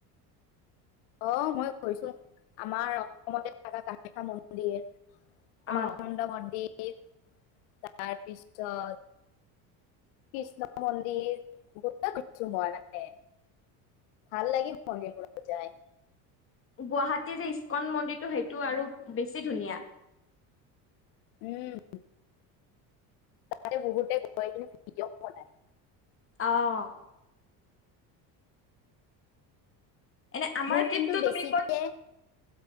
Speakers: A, on the left (about 85°); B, on the left (about 30°).
A: অ মই গৈছো। আমাৰ অসমতে থকা কামাখ্যা মন্দিৰ উমানণ্ড
B: অ
A: মন্দিৰ <unintelligible> তাৰপিছত কৃষ্ণ মন্দিৰ গ কিছু মই মানে, ভাল লাগে মন্দিৰবোৰত যায়।
B: গুৱাহাটীৰ যে ইস্কন মন্দিৰটো সেইটো আৰু বেছি ধুনীয়া।
A: উম, তাতে বহুতে গৈ কেনে ভিডিঅ' বনায়।
B: অ'। এনে আমাৰ
A: মোৰ
B: ট্ৰিপটো
A: কিন্তু বেছিকে
B: তুমি ক'ত